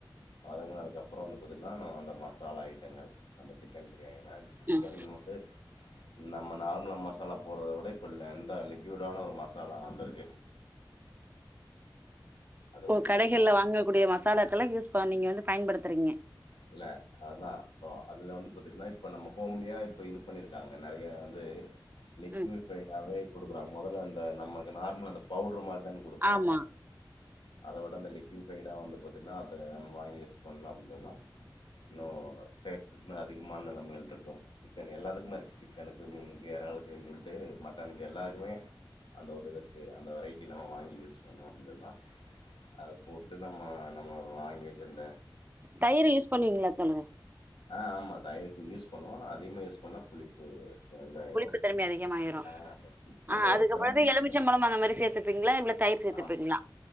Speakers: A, on the left; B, on the right.
A: வதங்கினது அப்புறம் வந்து பாத்திங்கன்னா அந்த மசாலா ஐ <unintelligible> நம்ம சிக்கன் பிரியாணில சிக்கன்
B: ம்
A: வந்து நம்ம நார்மலா ம மசாலா போட்றதை விட இப்ப <unintelligible> லிக்விடான ஒரு மசாலா வந்துருக்கு வந்து
B: ஓ கடைகள்ல
A: பாத்தீங்கன்னா
B: வாங்கக்கூடிய மசாலாக்கலாம் யூஸ் நீங்க வந்து பயன்படுத்துறீங்க
A: இல்ல அததான் இப்ப அதுல வந்து பாத்தீங்கன்னா இப்ப நம்ம ஹோம்லியா இப்ப இது பண்ணிருக்காங்க நிறைய வந்து லிகவிஃபைடாவே
B: ம்
A: கொடுக்குறாங்க முதல அந்த நமக்கு நார்மல் அந்த பவுடர் மாரி கொடுப்பாங்க
B: ஆமா
A: அத விட அந்த லிக் <unintelligible> வந்து பாத்தீங்கன்னா அத வாங்கி யூஸ் பண்னோ அப்டின் சொன்னா நோ டேஸ்ட் இன்னு அதி மன <unintelligible> சிக்கன் எல்லாத்துக்குமே இருக்கு சிக்கனு மீனுக்கு எராலுக்குன் சொல்ட்டு மட்டன்க்கு எல்லார்க்குமே அந்த ஒரு இது இருக்கு அந்த வெரைட்டி தான வாங் யூஸ் பன்றோ இங்கெல்லா அத போட்டு நம்ம நம்ம வாங்கி வெச்சிர்ந்த
B: தயிரு யூஸ் பண்ணுவீங்ளா தோழரே
A: அ ஆமா தயிருக்கு யூஸ் பண்ணுவோ ஆனா அதிகமா யூஸ் பண்ணா புளிப்பு அ இதாயிரு
B: புளிப்பு தன்மை அதிகமாயிரு
A: அ
B: ஆ
A: அந்த
B: அதுக்கப்புறோ
A: ஒரு பேலன்ஸ்காக
B: எலுமிச்சம்பழம் அந்த மாரி சேத்துப்பீங்களா இல்ல தயிர் சேத்துப்பீங்களா
A: ஆம்